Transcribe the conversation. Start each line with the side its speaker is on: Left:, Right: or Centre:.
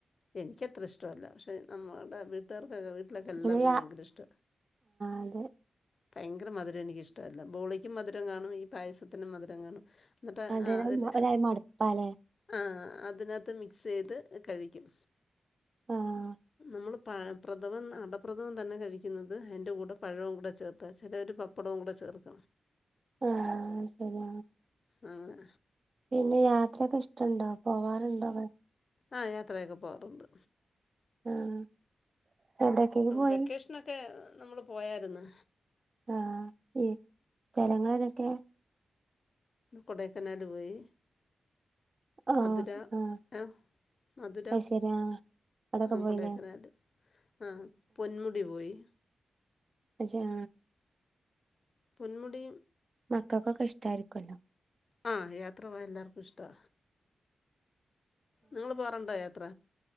Left: എനിക്ക് അത്ര ഇഷ്ടല്ല പക്ഷെ നമ്മുടെ വീട്ടുകാർക്കൊക്കെ <unintelligible> എല്ലാർക്കും
Right: പിന്നെ
Left: ഭയങ്കര
Right: ആ
Left: ഇഷ്ട
Right: അതെ
Left: ഭയങ്കര മധുരം എനിക്ക്‌ ഇഷ്ടല്ല ബോളി മധുരം കാണും ഈ പായസത്തിന് മധുരം കാണും. എന്നിട്ട്
Right: അത <unintelligible>
Left: ആ ഒരു
Right: ഒ <unintelligible> മടുപ്പാലേ?
Left: ആ അതിനകത്ത് മിക്സ് ചെയ്ത് കഴിക്കും.
Right: ആഹ
Left: നമ്മൾ പഴ പ്രഥമം അടപ്രദവും തന്നെ കഴിക്കുന്നത് അതിന്റെ കൂടെ പഴവും കൂടെ ചേർത്താ ചിലവര് പപ്പടവും കൂടെ ചേർക്ക
Right: ആഹ ശരി
Left: ആഹ
Right: പിന്നെ യാത്ര ക ണ്ടാ പോകാനുണ്ട അവ
Left: ആഹ യാത്രയൊക്കെ പോവാറുണ്ട്.
Right: ആഹ് എവിടേക്കൊക്കെ പോയി
Left: വെക്കേഷനക്കെ നമ്മള് പോയര്ന്ന്.
Right: ആഹ ഈ സ്ഥലങ്ങളതൊക്കെ.
Left: കൊടക്കനാല് പോയി.
Right: ആഹ്
Left: മധുര
Right: ആഹ്
Left: ആഹ മധുര
Right: അത് ശരി ആഹ് അതൊക്കെ
Left: ആഹ
Right: പോയില്ലേ
Left: കൊടയക്കനാൽ ആഹ പൊന്മുടി പോയി.
Right: ആഹാ
Left: പൊന്മുടി
Right: മക്കൾക്കൊക്കെ ഇഷ്ടമായിരിക്കല്ലോ?
Left: ആ യാത്ര പോകാൻ എല്ലാർക്കും ഇഷ്ട്ടാ നിങ്ങൾ പോകാറുണ്ടോ യാത്ര